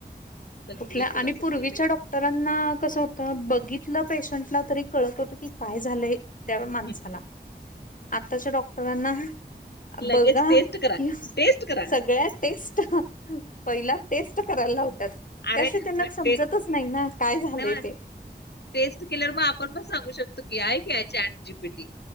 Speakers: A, on the left; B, on the left.
A: सगळीकडे
B: कुठल्या आणि
A: सगळीकडे
B: पूर्वीच्या डॉ डॉक्टरांना कस होत बघितलं पेशंटला तरी कळत होत की काय झालंय. त्या माणसाला
A: हं,
B: आताच्या डॉक्टरांना
A: लगेच
B: बघा
A: टेस्ट करा
B: कि
A: टेस्ट करा
B: सगळ्यात टेस्ट पहिला टेस्ट करायला लावतात त्याशीवाय
A: अरे
B: त्यांना
A: मग
B: समजतच
A: ते
B: नाही ना काय झालंय
A: नाही
B: ते
A: टेस्ट किलर मग आपण पण सांगू शकतो की आहे की याचाट जी पीटी